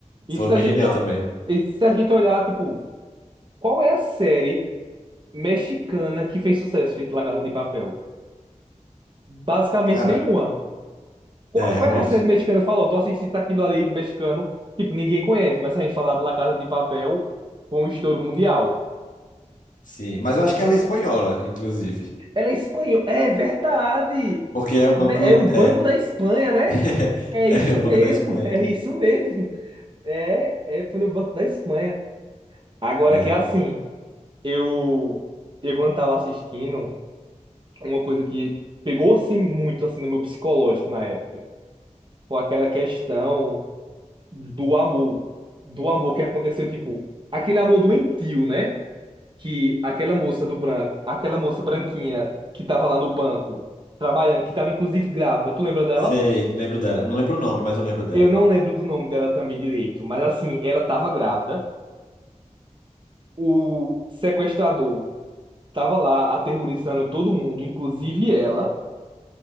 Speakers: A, on the right; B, on the left.
A: E
B: Foi
A: se
B: muito
A: a gente,
B: genial
A: o-
B: também.
A: e se a gente olhar, tipo, qual é a série mexicana que fez sucesso feito La Casa de Papel? Basicamente
B: Cara,
A: nenhuma. Qual,
B: É, realmente.
A: qual é a série mexicana? Falou, tô assistindo aquilo ali mexicano. Tipo, ninguém conhece, mas se a gente falar de La Casa de Papel, foi um estouro mundial.
B: Sim. Mas eu acho que ela é espanhola, inclusive.
A: Ela é espanhola. É verdade.
B: Porque é o banco.
A: É o Banco
B: É,
A: da Espanha, né?
B: <laughs>
A: É isso
B: é o banco
A: mesmo,
B: da Espanha.
A: <laughs> é isso mesmo. É, é foi no Banco da Espanha. Agora
B: É,
A: que é assim, eu, eu quando tava assistindo, uma coisa que pegou-se muito assim no meu psicológico na época, foi aquela questão do amor, do amor que aconteceu, tipo, aquele amor doentio, né? que aquela moça do branco, aquela moça branquinha que tava lá no banco trabalhando, que tava inclusive grávida, tu lembra dela?
B: sei, lembro dela. Não lembro o nome, mas eu lembro dela.
A: Eu não lembro do nome dela também direito, mas assim, ela tava grávida. O sequestrador tava lá aterrorizando todo mundo, inclusive ela,